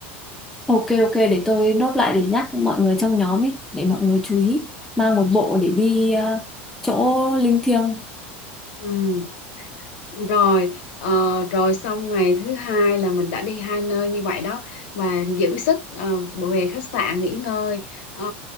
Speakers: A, in the centre; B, on the left.
A: Ok ok để tôi nốt lại để nhắc mọi người trong nhóm ấy để mọi người chú ý mang một bộ để đi ờ, chỗ linh thiêng.
B: ừ. rồi ờ, rồi xong ngày thứ hai là mình đã đi hai nơi như vậy đó và giữ sức ờ, về khách sạn nghỉ ngơi Ờ,